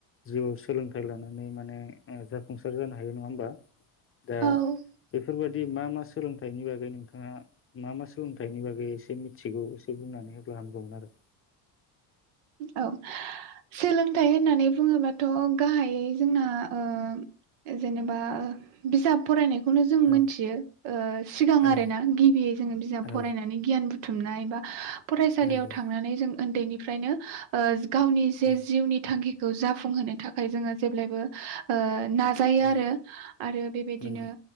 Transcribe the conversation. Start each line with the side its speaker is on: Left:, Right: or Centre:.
Left: जिउआव सोलों थाइ लानानै माने ओ जाफुंसार जानो हायो नङा होमबा? दा
Right: औ
Left: बेफोरबादि मा मा सोलोंथाइनि बागै नोंथाङा मा मा सोलोंथाइनि बागै एसे मिथिगौ एसे बुंनानै होब्ला हामगौमोन आरो।
Right: औ सोलोंथाइ होननानै बुङोबाथ गाहायै जोंना ओ जेनेबा ओ बिजाब फरायनाय। बेखौनो जों
Left: आरो
Right: मिथियो ओ सिगां
Left: औ
Right: आरो ना गिबियै जोङो बिजाब
Left: औ
Right: फरायनानै गियान बुथ थुमनाय एबा फरायसालियाव
Left: नंगौ
Right: थांनानै जों ओन्दैनिफ्रायनो ओ। गावनि जे
Left: औ
Right: जिउनि थांखि खौ जाफुंहोनो थाखाय जोङो जेब्लायबो ओ नाजायो
Left: उम
Right: आरो आरो बेबायदिनो
Left: नंगौ